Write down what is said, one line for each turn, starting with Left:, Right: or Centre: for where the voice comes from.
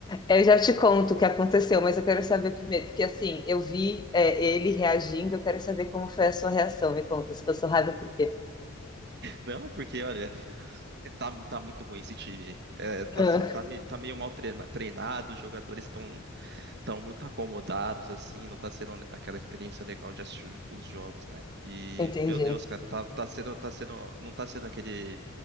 Left: Eu já te conto o que aconteceu, mas eu quero saber primeiro, porque assim, eu vi é, ele reagindo, eu quero saber como foi a sua reação. Me conta, se passou raiva, por quê?
Right: Não, porque olha, tá, tá muito ruim esse time. É, tá,
Left: Ah,
Right: tá, me- tá meio mal treina- treinado, os jogadores estão tão muito acomodados, assim, não tá sendo aquela experiência legal de assistir os jogos, né? E,
Left: entendi.
Right: meu Deus, cara, tá, tá sendo, tá sendo, não tá sendo aquele